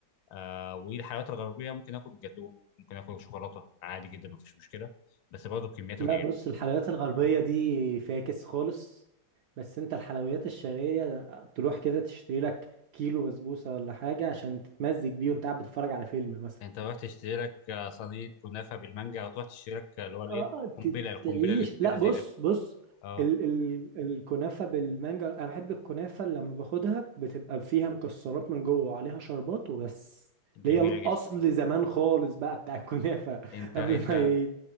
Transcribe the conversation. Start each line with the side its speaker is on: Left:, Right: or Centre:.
Left: آه والحلويات الغربيه ممكن اكل جاتوه ممكن اكل شوكولاته عادي جدا مفيش مشكله بس برضه بكميات
Right: لا
Left: قليله
Right: بص الحلويات الغربية
Left: مم.
Right: دي فاكس خالص بس انت الحلويات الشرقية ده- تروح كده تشتري لك كيلو بسبوسة ولا حاجة عشان تتمزج بيه وانت قاعد بتتفرج على فيلم مثلا
Left: انت تروح تشتري لك آه، صينيه كنافه بالمانجا او تروح تشتري لك آه، اللي هو الايه
Right: اه
Left: القنبله
Right: ت-
Left: القنبله
Right: تعيش
Left: اللي في
Right: لا
Left: سيده زينب
Right: بص بص
Left: اه
Right: ال ال الكنافة بالمانجا انا بحب الكنافة اللي لما باخدها بتبقى فيها مكسرات من جوه وعليها شربات وبس
Left: جميله
Right: اللي هي الاصل
Left: جدا
Right: زمان خالص بقى بتاع الكنافة <laughs>
Left: انت
Right: قبل
Left: انت
Right: ما